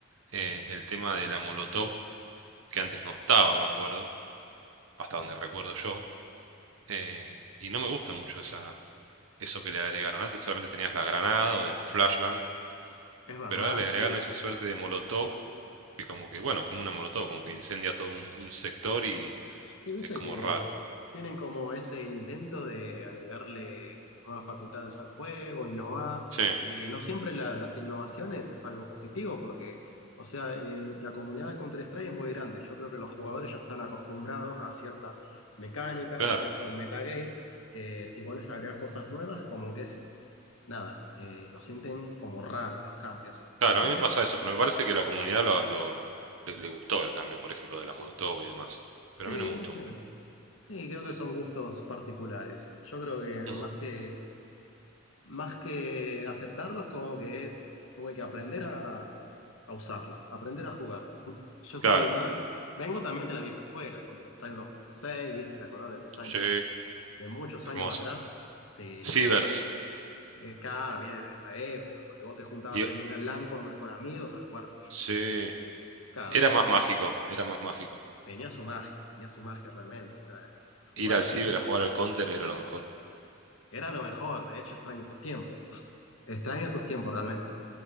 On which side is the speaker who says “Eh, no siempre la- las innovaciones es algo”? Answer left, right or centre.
Left